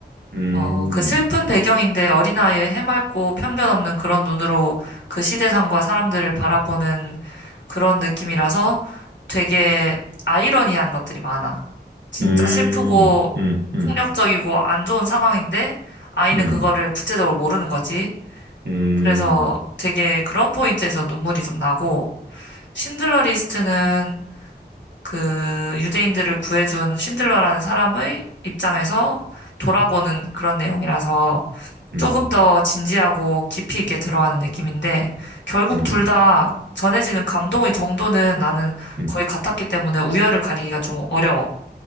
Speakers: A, on the right; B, on the left.
A: 음,
B: 어, 그 슬픈 배경인데 어린아이의 해맑고 편견 없는 그런 눈으로 그 시대상과 사람들을 바라보는 그런 느낌이라서 되게 아이러니한 것들이 많아. 진짜
A: 음,
B: 슬프고
A: 음, 음,
B: 폭력적이고 안 좋은 상황인데 아이는
A: 음,
B: 그거를 구체적으로 모르는 거지.
A: 음,
B: 그래서 되게 그런 포인트에서 눈물이 좀 나고, 신들러 리스트는 그 유대인들을 구해준 신들러라는 사람의 입장에서 돌아보는 그런 내용이라서
A: 음,
B: 조금 더 진지하고 깊이 있게 들어가는 느낌인데 결국
A: 음,
B: 둘 다 전해지는 감동의 정도는 나는
A: 음,
B: 거의 같았기 때문에 우열을 가리기가 좀 어려워.